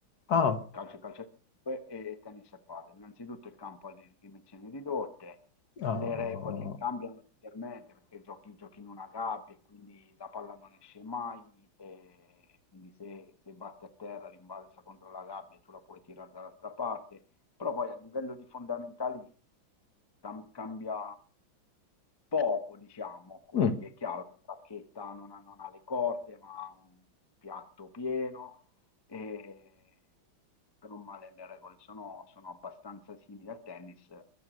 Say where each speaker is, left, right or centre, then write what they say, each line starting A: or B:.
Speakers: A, on the left; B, on the left.
A: Ah,
B: calcio e calcetto e e tennis e padel. Innanzitutto il campo ha di dimensioni ridotte,
A: ah,
B: le regole cambiano leggermente perché giochi, giochi in una gabbia e quindi la palla non esce mai e quindi se, se batte a terra rimbalza contro la gabbia e tu la puoi tirare dall'altra parte però poi a livello di fondamentali cam- cambia poco, diciamo così,
A: mm,
B: è chiaro che la bacchetta non ha, non ha le corde, ma ha un piatto pieno e per un male le regole sono, sono abbastanza simili al tennis.